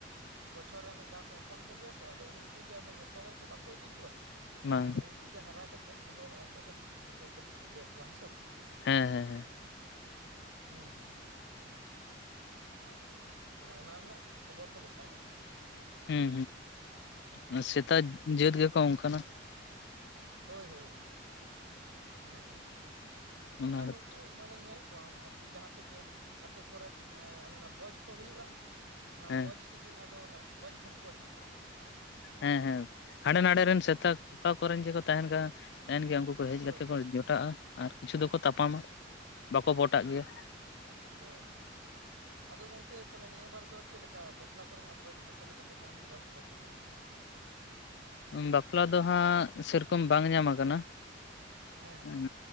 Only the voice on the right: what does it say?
ᱵᱚᱪᱷᱚᱨ ᱨᱮ ᱢᱤᱫ ᱫᱷᱟᱣ ᱠᱚ ᱦᱚᱯᱚᱱ ᱠᱚᱜᱮᱭᱟ ᱛᱚ ᱾ ᱟᱫᱚ ᱩᱱᱩ ᱩᱱᱠᱩ ᱜᱮ ᱟᱫᱚ ᱡᱷᱚᱛᱚ ᱦᱚᱲ ᱛᱚ ᱵᱟᱠᱚ ᱤᱫᱤ ᱠᱚᱣᱟ ᱾
ᱛᱟᱦᱞᱮ ᱩᱱᱠᱩ ᱜᱮ ᱦᱟᱨᱟ ᱠᱟᱛᱮᱫ ᱟᱫᱚ ᱚᱱᱮ ᱚᱱᱠᱟ ᱠᱚ ᱡᱩᱴᱟᱹᱣ ᱠᱟᱛᱮᱜ ᱠᱚ ᱜᱮᱨ ᱠᱚᱣᱟ ᱦᱮᱸ ᱥᱮ ᱵᱟᱝ ᱾
ᱦᱩᱸ ᱦᱩᱸ ᱾ ᱟᱪᱪᱷᱟ ᱟᱪᱪᱷᱟ, ᱢᱟᱱᱮ ᱚᱱᱟ ᱨᱮᱱᱟᱜ ᱠᱷᱚᱵᱚᱨ ᱫᱚ ᱜᱚᱴᱟ ᱜᱮ ᱢᱮᱱᱟᱜ-ᱟ ᱾
ᱦᱮᱸ
ᱦᱳᱭ ᱦᱳᱭ ᱦᱳᱭ᱾ <inaudible> ᱦᱮᱸ ᱦᱮᱸ
ᱟᱨ
ᱱᱩᱠᱩ ᱢᱟᱱᱮ ᱧᱮᱞ ᱠᱚᱣᱟᱢ ᱟᱨᱠᱤ ᱡᱟᱦᱟᱸ ᱥᱮᱫ ᱜᱮ ᱟᱛᱳ ᱠᱚᱨᱮ ᱚᱱᱮ ᱚᱱᱟ ᱵᱷᱚᱡᱽ ᱠᱚ ᱦᱩᱭᱩᱜ-ᱟ ᱚᱱᱟ
ᱵᱷᱚᱡᱽ ᱥᱤᱡᱤᱱ ᱟᱫᱚ ᱚᱱᱟ ᱵᱷᱚᱡᱽ ᱴᱷᱮᱱ ᱠᱚ ᱦᱤᱡᱩᱜᱼᱟ ᱟᱨᱠᱤ
ᱦᱮᱸ
ᱦᱳᱭ
ᱦᱮᱸ
ᱦᱳᱭ ᱭᱳ ᱟᱫᱚ ᱜᱚᱝᱠᱮ ᱛᱟᱦᱚᱞᱮ ᱱᱤᱭᱟᱹ ᱵᱟᱨ ᱫᱚ ᱪᱮᱫ ᱞᱮᱠᱟ ᱵᱟᱯᱞᱟ ᱠᱚᱨᱮᱱᱟᱜ ᱵᱷᱚᱡᱽ ᱠᱚ ᱪᱮᱫ ᱞᱮᱠᱟ ᱯᱮ ᱧᱟᱢ ᱞᱮᱫᱟ ᱥᱮ ᱵᱟᱯᱮ ᱧᱟᱢ ᱞᱮᱫᱟ
ᱦᱮᱸ ᱦᱮᱸ